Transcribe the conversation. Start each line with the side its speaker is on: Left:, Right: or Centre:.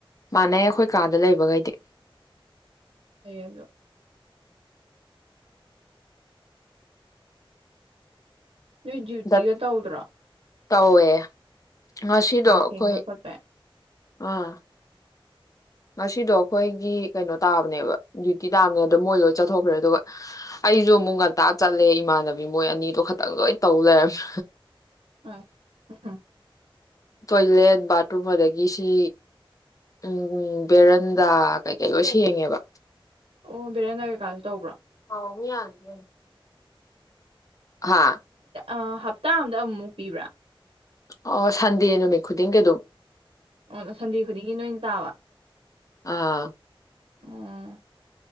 Left: ꯃꯥꯟꯅꯩ ꯑꯩꯈꯣꯏ ꯀꯥꯗ ꯂꯩꯕꯈꯩꯗꯤ
Right: ꯀꯌꯦꯗꯣ ꯅꯣꯏ ꯗꯨꯏꯇꯤꯒ
Left: ꯗꯠ
Right: ꯇꯧꯗ꯭ꯔꯥ
Left: ꯇꯧꯋꯦ ꯉꯁꯤꯗꯣ ꯑꯩꯈꯣꯏ
Right: ꯁꯦꯡꯕꯩ ꯈꯣꯠꯄꯩ
Left: ꯑꯥ ꯉꯁꯤꯗꯣ ꯑꯩꯈꯣꯏꯒꯤ ꯀꯩꯅꯣ ꯇꯥꯕꯅꯦꯕ ꯗ꯭ꯌꯨꯇꯤ ꯇꯥꯕꯅꯦ ꯑꯗꯣ ꯃꯣꯏ ꯂꯣꯏ ꯆꯠꯊꯣꯛꯈ꯭ꯔꯦ ꯑꯗꯨꯒ ꯑꯩꯁꯨ ꯑꯃꯨꯛ ꯉꯟꯇꯥ ꯆꯠꯂꯦ ꯏꯃꯥꯟꯅꯕꯤ ꯃꯣꯏ ꯑꯅꯤꯗꯣ ꯈꯇꯪ ꯂꯣꯏ ꯇꯧ ꯂꯩꯔꯝꯃꯦ
Right: ꯑꯁ ꯎꯝ
Left: ꯇꯣꯏꯂꯦꯠ ꯕꯥꯠꯔꯨꯝ ꯑꯗꯒꯤꯁꯤ ꯎ ꯕꯦꯔꯟꯗꯥ ꯀꯩ ꯀꯩ ꯂꯣꯏ ꯁꯦꯡꯉꯦꯕ
Right: ꯑꯣ ꯕꯔꯅꯒꯦ ꯀꯜ ꯇꯧꯕ꯭ꯔꯥ
Left: ꯍꯥꯎꯃꯤ ꯌꯥꯗ ꯍꯥꯥ
Right: ꯑ ꯍꯞꯇꯥ ꯑꯝꯗ ꯑꯃꯨꯛꯃꯨꯛ ꯄꯤꯕ꯭ꯔꯥ
Left: ꯑ ꯁꯟꯗꯦꯅ ꯃ ꯈꯨꯨꯗꯤꯡꯒꯦ ꯑꯗꯨꯣ
Right: ꯑꯣ ꯁꯟꯗꯦ ꯈꯨꯗꯤꯡꯒꯤ ꯅꯣꯏꯅ ꯇꯥꯕ
Left: ꯑꯥ
Right: ꯎꯝ